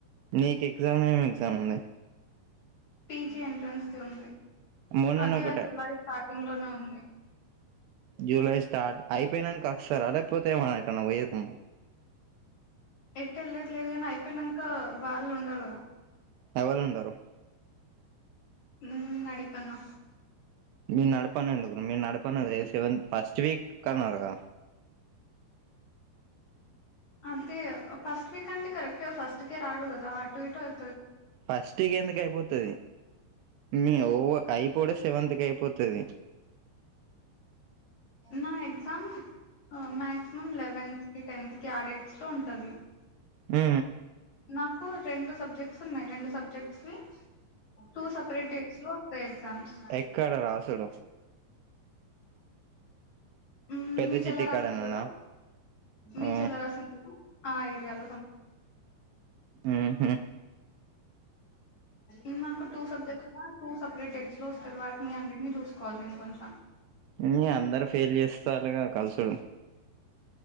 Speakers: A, on the right; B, on the left.
A: నీకు ఎగ్జామ్ ఏమి ఎగ్జామ్ ఉన్నాయి
B: పీజీ ఎంట్రన్స్ ఉంది
A: మొన్ననే
B: అది
A: ఒకటే
B: ఆ జులై స్టార్టింగ్ లోనే ఉంది
A: జూలై స్టార్ట్ అయిపోయినంకా కస్తారా లేపోతే ఏమన్నా ఎటు అన్నా పోయేది ఉం
B: ఎట్ వెళ్ళటు లేదు కాని అయిపోయినాంక వాళ్ళు ఉండరు కదా
A: ఎవలు ఉండరు
B: ఉ అడిపన్నా
A: మీరు నడపనే ఎందుకు రా మీరు నడపనేది సెవెంత్ ఫస్ట్ వీక్ కన్నారుగా
B: అదే ఫస్ట్ వీక్ అంటే కరెక్ట్ ఫస్ట్ కే రాడు కదా అటు ఇటు అయి
A: ఫస్ట్కి ఎందుకు అయిపోతది మీ ఔ అయిపోవుడు సెవెంత్ కి అయిపోతది
B: నా ఎగ్జామ్ ఆ మాక్సిమం లెవెన్త్ కి టెన్త్ కి ఆ డేట్స్ లో ఉంటది
A: ఉ
B: నాకు రెండు సబ్జెక్ట్స్ ఉన్నాయి రెండు సబ్జక్ట్స్ వి టూ సపరేట్ డేట్స్ లో పె ఎగ్జామ్స్
A: ఎక్కడ రాసుడు
B: ఉ
A: పెద్ద
B: మీ
A: చిట్టి
B: చెల్లె రాసింది
A: కాడనేనా
B: చూడు మీ
A: ఆ
B: చెల్ల రాసింది చూడు ఆ ఏరియాలో తుమ్
A: ఆహా
B: ఉమ్ మాకు టూ సబ్జెక్ట్స్ మా టూ సెపరేట్ డేట్స్ లో వస్తారు వాటిని అన్నిటిని చూసుకోవాలి నేను కొంచెం
A: ని అందరు ఫెయిల్ చేస్తరు గా కలుసుడు